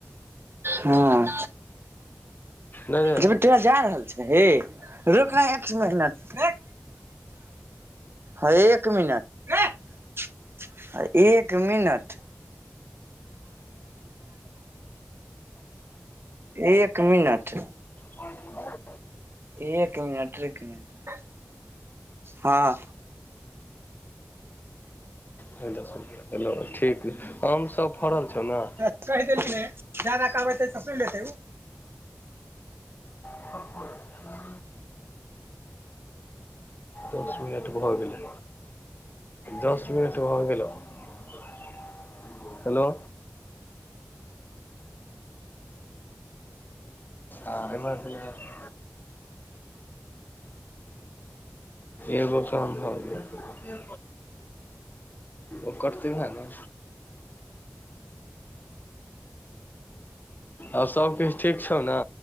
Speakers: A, on the right (about 55°); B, on the left (about 40°).
A: हँ
B: नहि
A: तोरा जा रहल छेहे रुकह एक मीनट हँ एक मिनट एक मिनट एक मिनट
B: ह
A: एक मिनट‌ रूक न हँ
B: हेलो एलौ ठीक आम सभ फड़ल छौ न
A: कहि देली ने ज्यादा कहबे तऽ सुध लेतै ओ
B: क <inaudible> ह <inaudible> दस मिनट भऽ गेलै दस मिनट भऽ गेलह हेलो आमे छल <unintelligible> एगो काम भ गेल ओ करतै वोहा ने आ सबकिछ ठीक छौउ न